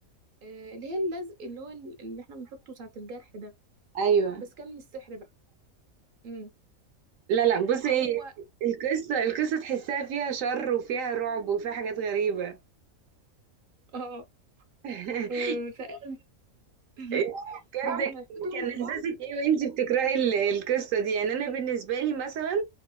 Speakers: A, on the right; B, on the right.
A: آه اللي هي اللزق اللي هو ال- اللي احنا بنحطه ساعة الجرح ده
B: ايوه
A: بس كان مش سحر بقى امم
B: لا لا بصي
A: هو
B: ايه القصه القصه تحسها فيها شر وفيها رعب وفيها حاجات غريبه
A: اه
B: <laughs>
A: آه، فقال <laughs>
B: إيه بجد
A: بعد ما لفتهم
B: كان احساسك
A: في بعض
B: ايه وانتي بتقراي ال- القصه دي يعني انا بالنسبه لي مثلا